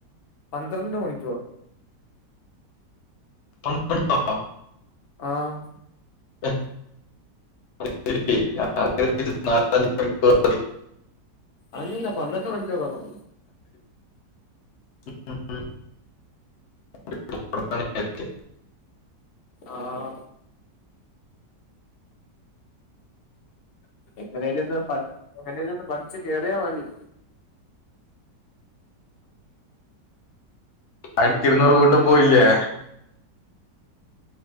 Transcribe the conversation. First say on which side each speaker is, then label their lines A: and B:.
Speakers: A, on the left (about 70°); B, on the left (about 50°).
A: പന്ത്രണ്ട് മണിക്കൂർ
B: പന്ത്രണ്ടോ
A: ആഹ്
B: അത് ശരി ഞാൻ വിചാരിച്ചു നാല് മണിക്കൂറോള്ളൂന്ന്
A: അല്ലല്ല പന്ത്രണ്ട് മണിക്കൂർ വേണം
B: ഉം <inaudible>
A: ആഹ് എങ്ങനേലൊന്ന് എങ്ങനേലൊന്ന് പഠിച്ച് കേറിയാൽ മതി
B: അയിരത്തി ഇരുന്നൂറ് വീണ്ടും പോയില്ലേ